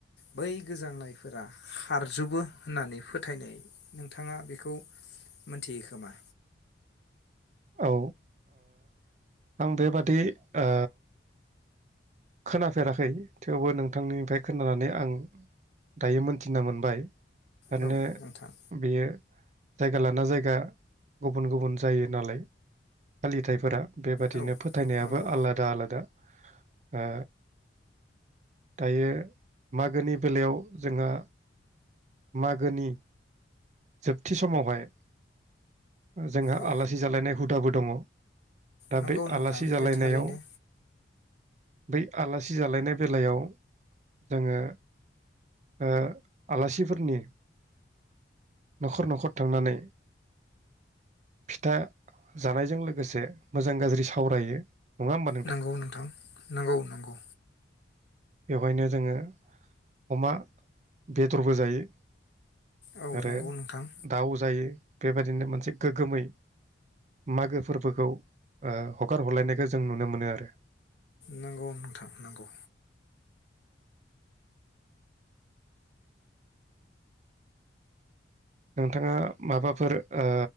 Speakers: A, on the left; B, on the right.
A: बै गोजांनायफोरा खारजोबो होननानै फोथायनाय नोंथाङा बेखौ मोनथियो खोमा
B: औ ओ आं बेबादि ओ खोनाफेराखै थेवबो नोंथांनिफ्राय खोनानानै आं दायो मोनथिना मोनबाय थारैनो
A: औ नोंथां
B: बेयो जायगा लाना जायगा गुबुन-गुबुन जायो नालाय फालिथायफोरा बेबादिनो
A: औ
B: फोथायनायाबो
A: नंगौ
B: आलादा-आलादा ओ दायो मागोनि बेलायाव जोंहा मागोनि जोबथि समावहाय जोंहा
A: औ
B: आलासि जालायनाय हुदाबो दङ दा
A: नंगौ
B: बे
A: नोंथां
B: आलासि जालायनायाव
A: बे थारैनो
B: बै आलासि जालायनाय बेलायाव जोङो ओ आलासिफोरनि नखर नखर थांनानै फिथा जानायजों लोगोसे मोजां गाज्रि सावरायो। नङा होमबा
A: नंगौ नोंथां नंगौ नंगौ
B: बेवहायनो जोङो अमा बेदरबो जायो।
A: औ
B: आरो
A: नंगौ नोंथां
B: दाउ जायो बेबायदिनो मोनसे गोगगोमै मागो फोरबोखौ ओ हगार हरलायनायखौ जों नुनो मोनो आरो।
A: नंगौ नोंथां नंगौ
B: नोंथाङा माबाफोर ओ